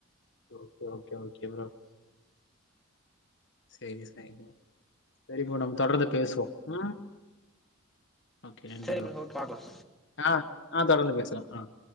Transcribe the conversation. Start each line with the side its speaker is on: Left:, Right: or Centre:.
Left: ஓகே ஓகே ஓக் எவ்றோ செரி செரிப்பா செரிப்பா நம்ப தொடர்ந்து பேசுவோ உம் ஓகே நன்றி
Centre: சரி
Left: ப்ரோ
Centre: ஓகே பாக்கலாம்.
Left: ஆ ஆ தொடர்ந்து பேசலா ஆஹ்